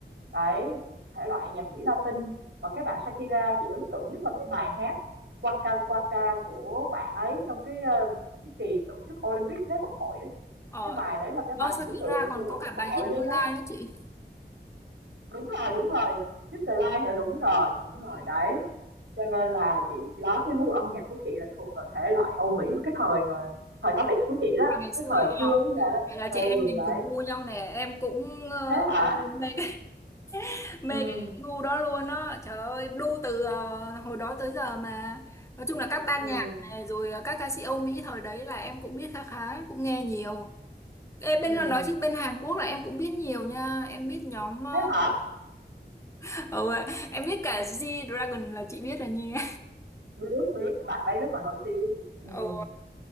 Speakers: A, on the right; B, on the left.
A: đấy thể loại nhạc Mỹ Latin và cái bạn Shakira chị ấn tượng nhất là cái bài hát Waka Waka của bạn ấy trong cái ờ, cái kỳ tổ chức Olympic Thế vận hội đấy
B: ờ
A: cái bài đấy là cái bài
B: ờ, Shakira
A: biểu tượng của
B: còn có cả
A: Thế vận
B: bài
A: hội
B: Hit
A: luôn
B: Online
A: đấy
B: đó chị
A: Đúng rồi, đúng rồi, Crystalline nữa, đúng rồi, đúng rồi,
B: Ừ.
A: đấy. Cho nên là chị đó cái gu âm nhạc của chị là thuộc vào thể loại Âu Mỹ cái thời mà thời 8X của chị đó,
B: À, ngày xưa
A: cái thời
B: ấy,
A: xưa
B: ờ,
A: bây giờ đó.
B: vậy là
A: Ừ,
B: chị em mình
A: đấy.
B: cùng gu nhau nè em cũng ờ,
A: Thế hả?
B: mê cái <laughs> mê
A: Ừ,
B: cái gu đó luôn đó, trời ơi đu từ ờ, hồi đó tới giờ mà nói chung là các ban
A: ừ,
B: nhạc này rồi ờ, các ca sĩ Âu Mỹ thời đấy là em cũng biết khá khá cũng nghe nhiều Ê, bên
A: ừ.
B: là nói chứ bên Hàn Quốc là em cũng biết nhiều nha em biết nhóm ờ,
A: Thế hả?
B: <laughs> ừ, em biết cả G-Dragon là chị biết rồi nha
A: Biết biết bạn ấy rất là nổi tiếng. Ừ.
B: <laughs> ừ,